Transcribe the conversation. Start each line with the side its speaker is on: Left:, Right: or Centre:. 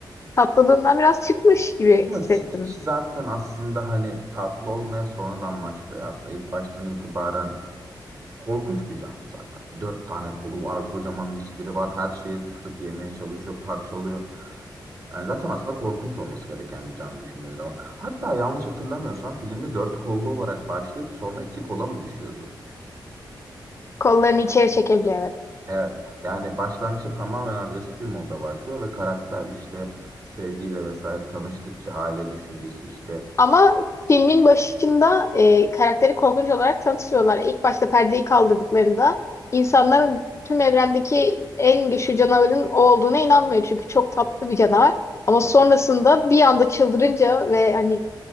Left: tatlılığından biraz çıkmış gibi
Right: Ama
Left: hissettim.
Right: Stitch zaten aslında hani tatlı olmaya sonradan başlıyor. Aslında ilk baştan itibaren korkunç bir canlı zaten. Dört tane kolu var, kocaman dişleri var. Her şeyi ısırıp yemeye çalışıyor, parçalıyor. Yani zaten aslında korkunç olması gereken bir canlı düşündüğün zaman. Hatta yanlış hatırlamıyorsam filmde dört kollu olarak başlayıp sonra iki kola mı düşüyordu?
Left: Kollarını içeri çekebiliyor evet.
Right: Evet. Yani başlangıçta tamamen agresif bir modda başlıyor ve karakter işte sevgiyle vesaire tanıştıkça aile düşüncesi işte
Left: Ama filmin başında e, karakteri korkunç olarak tanıtıyorlar. İlk başta perdeyi kaldırdıklarında insanların tüm evrendeki en güçlü canavarın o olduğuna inanmıyor. Çünkü çok tatlı bir canavar. Ama sonrasında bir anda çıldırınca ve hani